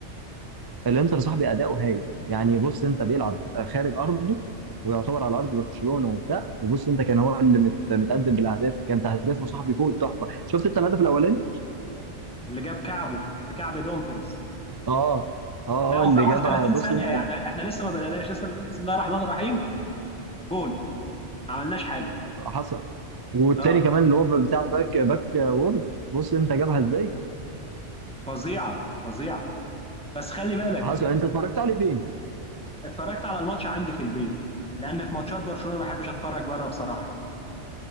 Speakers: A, on the right (about 30°); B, in the centre.
A: الانتر صاحبي اداؤه هايل يعني بص انت بيلعب خارج ارضه ويعتبر على ارض برشلونه وبتاع وبص انت كان هو اللي مت... متقدم بالاهداف كانت اهدافه صاحبي فوق التحفه شفت انت الهدف الاولاني
B: اللي جاب كعبه بكعب دومفريس
A: اه اه
B: لا وفي
A: اه اللي
B: اول
A: جابها
B: 30
A: بص
B: ثانية
A: انت
B: يعني احنا لسه ما بدأناش لسه بنقول بسم الله الرحمن الرحيم جون ما عملناش حاجة
A: حصل والتاني
B: اه
A: كمان اللي هو بتاع باك باك وورد بص انت جابها ازاي
B: فظيعة فظيعة بس خلي بالك
A: حصل انت اتفرجت عليه فين
B: اتفرجت على الماتش عندي في البيت لان في ماتشات برشلونه ما بحبش اتفرج بره بصراحه